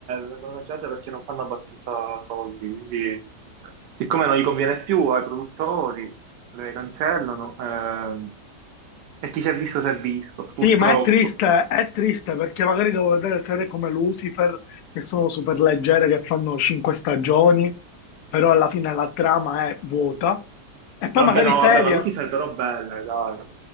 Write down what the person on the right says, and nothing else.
vengono cancellate perché non fanno abbastanza soldi, quindi siccome non gli conviene più ai produttori, le cancellano, ehm, e chi si è visto si è visto, purtroppo.
Vabbè,
no,
vabbè, ma Lucifer però bella, dai.